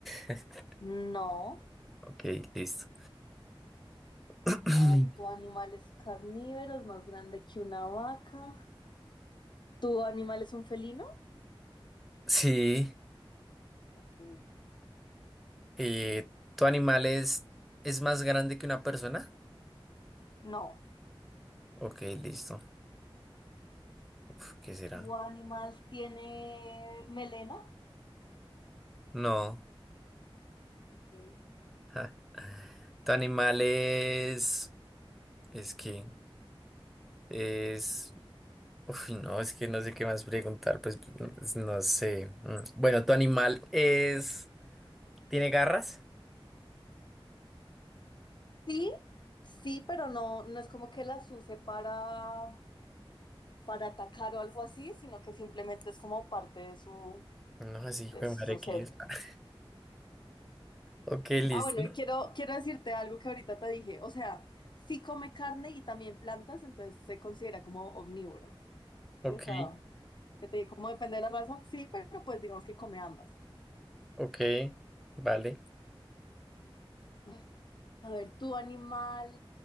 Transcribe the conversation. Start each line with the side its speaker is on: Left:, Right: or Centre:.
Centre: <laughs>
Left: no.
Centre: Ok, listo. <clears throat>
Left: A ver, ¿tu animal es carnívoro, es más grande que una vaca? ¿Tu animal es un felino?
Centre: Sí.
Left: Ok.
Centre: eh, ¿tu animal es, es más grande que una persona?
Left: No.
Centre: Ok, listo. Uf, ¿qué será?
Left: ¿Tu animal tiene melena?
Centre: No,
Left: Ok.
Centre: ja, Tu animal es, es que, es, uf, no, es que no sé qué más preguntar, pues, pues, no sé. Mm. Bueno, tu animal es, ¿tiene garras?
Left: Sí, sí, pero no, no es como que las use para, para atacar o algo así, sino que simplemente es como parte de su,
Centre: No, así, hijo
Left: de
Centre: de
Left: su
Centre: madre,
Left: ser.
Centre: ¿qué es? <laughs> Ok, listo.
Left: Ah, bueno, y quiero, quiero decirte algo que ahorita te dije. O sea, sí come carne y también plantas, entonces se considera como omnívoro. Sí,
Centre: Ok,
Left: o sea. que te digo, ¿cómo depende de la raza? Sí, pero pues digamos que come ambas.
Centre: ok, vale.
Left: Ay, A ver, ¿tu animal